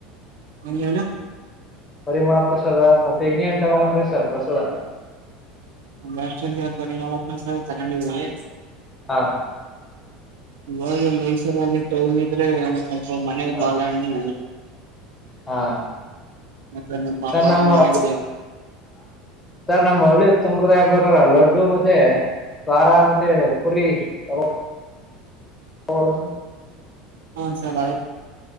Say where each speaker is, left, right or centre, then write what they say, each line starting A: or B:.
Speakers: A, on the right; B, on the left.
A: ಎಲ್ಲೇನು
B: ಪರಿಮಳ ಪ್ರಸಾದ ಮತ್ತೆ ನೇನ್ ತಗೊಂಡೊಂಡ್ರಿ ಸರ್ ಪ್ರಸಾದ
A: ಷ್ಟತ ಹೌ
B: ಹಾ
A: ಇವಾಗ ಮೈಸೂರಲ್ಲಿ ಟೈಮ್ ಇದ್ರೆ ಸ್ವಲ್ಪ ಮನೆಗ್
B: ಹಾ
A: ಬಾಲಹಣ್ಣಿ
B: ಹಾ
A: ಮತ್ತೆ
B: ಸರ್
A: ಪಾಪ
B: ನಮ್ಮ
A: ಹೊರಗೆ
B: ಸರ್ ನಮ್ಮ್ ಸಂಪ್ರದಾಯ ಪ್ರಕಾರ ಲಡ್ಡು ಮತ್ತೆ ದ್ವಾರಾ ಮತ್ತೆ ಪರಿೀ ತ ಹಲಸ
A: ಹಾ ಸರ್